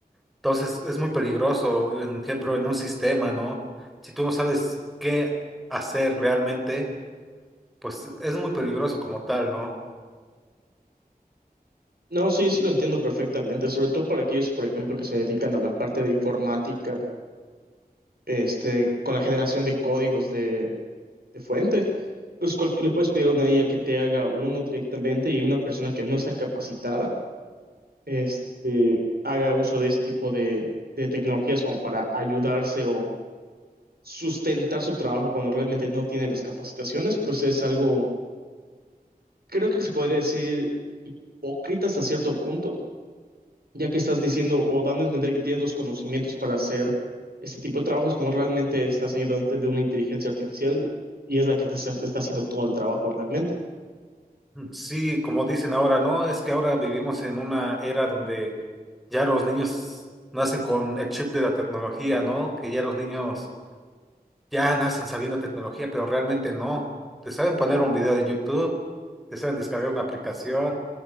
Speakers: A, in the centre; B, on the right.
A: entonces es muy peligroso, por ejemplo, en un sistema, ¿no? Si tú no sabes qué hacer realmente, pues es muy peligroso como tal, ¿no?
B: No, sí, sí lo entiendo perfectamente, sobre todo para aquellos, por ejemplo, que se dedican a la parte de informática este, con la generación de códigos de, de fuente. Pues cual- le puedes pedir a una IA que te haga uno directamente y una persona que no está capacitada, este, haga uso de ese tipo de, de tecnologías como para ayudarse o sustentar su trabajo cuando realmente no tiene las capacitaciones, pues es algo, creo que se podría decir hipócrita hasta cierto punto, ya que estás diciendo o dando a entender que tienes los conocimientos para hacer este tipo de trabajos cuando realmente estás ayudante de una inteligencia artificial y es la que te está está haciendo todo el trabajo realmente.
A: Sí, como dicen ahora, ¿no? Es que ahora vivimos en una era donde ya los niños nacen con el chip de la tecnología, ¿no? Que ya los niños ya nacen sabiendo tecnología, pero realmente no. Te saben poner un video de YouTube, te saben descargar una aplicación,